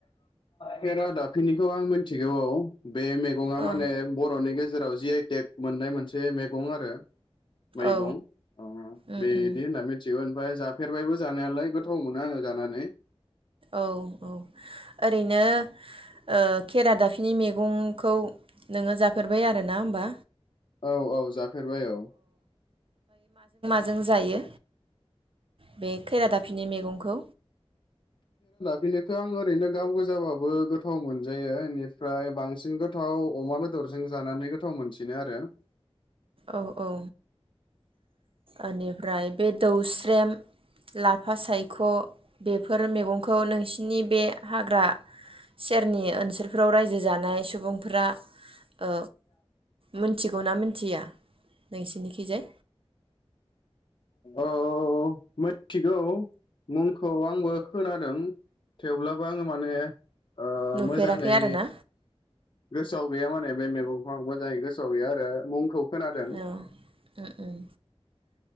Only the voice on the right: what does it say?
औ
औ
उम
उम
औ औ ओरैनो ओ खेरा दाफिनि मैगंखौ नोङो जाफेरबाय आरोना होमबा?
जों जायो बे खैरादाफिनि मैगंखौ।
औ औ ओनिफ्राय बे दौस्रेम ला फा साय ख' बेफोर मेगंखौ नोंसिनि बे हाग्रा सेरनि ओनसोलफोराव रायजो जानाय सुबुंफोरा ओ मिनथिगौना मिथिया? नोंसोरनिखिजाय
नुफेराखै
आरोना
औ उम उम।